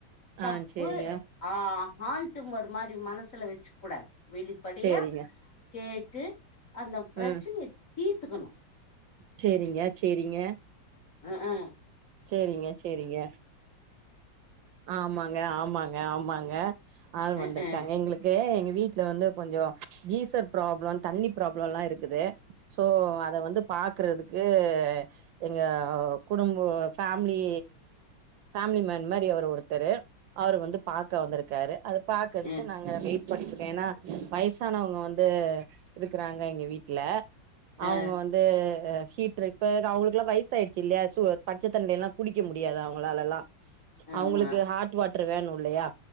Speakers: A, on the left; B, on the right.
A: தப்பு
B: ஆ சேரிங்க
A: ஆ ஹால்டிம்மர் மாரி மனசுல வெச்சுக்க கூடாது வெளிப்படையா
B: சேரிங்க
A: கேட்டு அந்த பிரச்சனைய
B: ம்
A: தீர்த்துக்கணு
B: சேரிங்க சேரிங்க
A: அ ஹாஹ்
B: சேரிங்க சேரிங்க ஆமாங்க ஆமாங்க ஆமாங்க ஆள்
A: ம்ஹும்
B: வந்துருக்காங்க
A: ம்ஹும்
B: எங்களுக்கு எங்க வீ ட்ல வந்து கொஞ்சோ டிசல் பராப்ளம் தண்ணி பராப்ளமெல்லா இருக்குது சோ அத வந்து பாக்கறதுக்கு எங்க குடும்ப ஃபேமிலி ஃபேமிலி மேன் மாரி அவர் ஒருத்தரு அவரு வந்து பாக்க வந்துருக்காரு அத பாக்கறதுக்கு
A: ம் ம்ஹும் ம்
B: நாங்க வெயிட் பண்ணிட்ராகோ ஏன்னா வய சானவங்க வந்து இருக்கறாங்க எங்க வீட்ல அவங்க
A: ஆ
B: வந்து ஹீட்ரு இப்ப அவங்களுக்கெல்லா வயசு சாயிடுச்சு இல்லையா சு பச்ச தண்ணிலேல்லா குளிக்க முடியாது அவங்களாலெல்லா
A: ஆமா
B: அவுங்களுக்கு ஹார்ட் வாட்டர் வேணு இல்லையா